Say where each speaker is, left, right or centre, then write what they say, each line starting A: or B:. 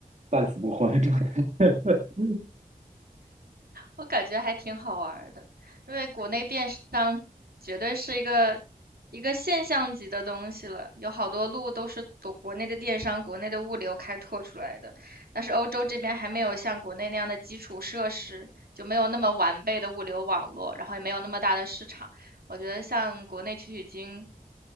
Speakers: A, on the right; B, on the right.
A: 半死不活的状态。<laughs>
B: 我感觉还挺好玩儿的，因为国内电商绝对是一个一个现象级的东西了，有好多路都是国国内的电商、国内的物流开拓出来的，但是欧洲这边还没有像国内那样的基础设施，就没有那么完备的物流网络，然后也没有那么大的市场。我觉得像国内取取经